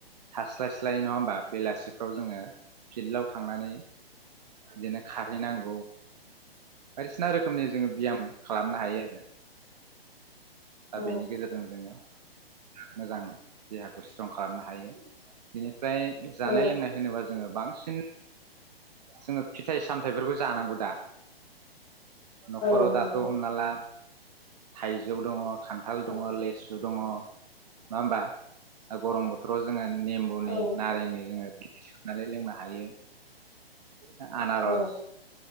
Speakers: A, on the right; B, on the left.
A: थास्लायस्लाय नङा होमबा बेलासिफ्राव जोङो फिल्डाव थांनानै बिदिनो खारहैनांगौ बायदिसिना रोखोमनि जोङो ब्याम खालामनो हायो आरो। दा
B: औ
A: बेनि गेजेरजों जोङो मोजां देहाखौ स्ट्रं खालामनो हायो बेनि फ्राय जानाय
B: ओ
A: लोंनाय होनोबा जोङो बांसिन जोङो फिथाइ सामथाइफोरखौ जानांगौ दा। न'खराव
B: औ नंगौ
A: दाथ' हमना ला थाइजौ दङ खान्थाल दङ,
B: औ
A: लेसु दङ। नङा होमबा? ओ गरम बोथोराव जोङो नेम्बुनि
B: औ
A: नारेंनि लोङो सुनानै लोंनो हायो। ओ आनारस
B: औ